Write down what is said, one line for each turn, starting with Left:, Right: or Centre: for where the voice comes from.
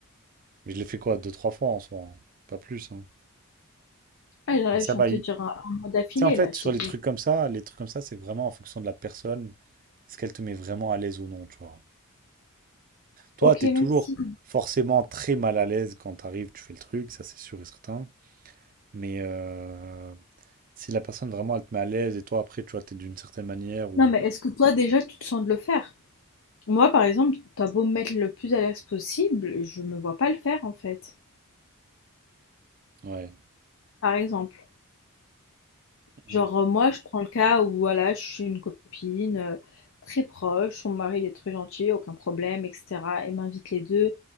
Right: Mais je l'ai fait quoi, deux, trois fois en soi, hein. Pas plus, hein.
Left: Ah, là,
Right: Mais
Left: là,
Right: ça
Left: je viens
Right: va.
Left: de te
Right: y-
Left: dire
Right: Tu
Left: un, un mois d'affilée,
Right: sais, en fait,
Left: là, je
Right: sur
Left: t'ai dit.
Right: les trucs comme ça, les trucs comme ça, c'est vraiment en fonction de la personne. Est-ce qu'elle te met vraiment à l'aise ou non, tu vois. Toi,
Left: Ok,
Right: t'es toujours
Left: même si...
Right: forcément très mal à l'aise quand t'arrives, tu fais le truc, ça c'est sûr et certain. Mais euh, si la personne vraiment, elle te met à l'aise et toi, après, tu vois, t'es d'une certaine manière ou...
Left: Non, mais est-ce que toi, déjà, tu te sens de le faire? Moi, par exemple, t'as beau me mettre le plus à l'aise possible, je me vois pas le faire, en fait.
Right: Ouais.
Left: Par exemple. Genre,
Right: Mm.
Left: euh, moi, je prends le cas où, voilà, je suis une copine euh, très proche, son mari il est très gentil, aucun problème, etc. Et m'invite les deux,